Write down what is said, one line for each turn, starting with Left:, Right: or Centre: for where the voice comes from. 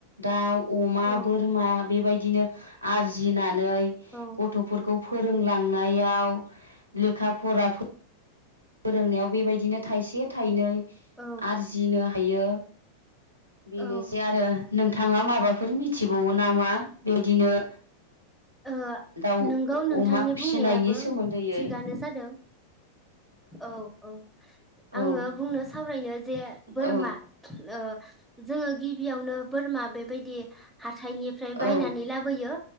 Right: दाउ अमा
Centre: औ
Right: बोरमा बेबाय दिनो आरजिना नै
Centre: औ
Right: गथ'फोरखौ फोरोंलांनायाव लेखा फराफो फोरोंनायाव बेबायदिनो थाइसे थाइनै
Centre: औ
Right: आरजिनो हायो बेनोसै
Centre: औ
Right: आरो नोंथाङा माबाफोर मिथिबावो नामा? बेदिनो
Centre: ओ
Right: दाउ
Centre: नोंगौ नोंथांनि
Right: अमा फिसिनायनि
Centre: बुंनायाबो
Right: सोमोन्दैयै
Centre: थिगानो जादों। औ औ आङो
Right: औ
Centre: बुंनो सावरायनो जे बोरमा
Right: औ
Centre: ओ जोङो गिबियावनो बोरमा बेबायदि हा थाइनिफ्राय बायनानै
Right: औ
Centre: लाबोयो।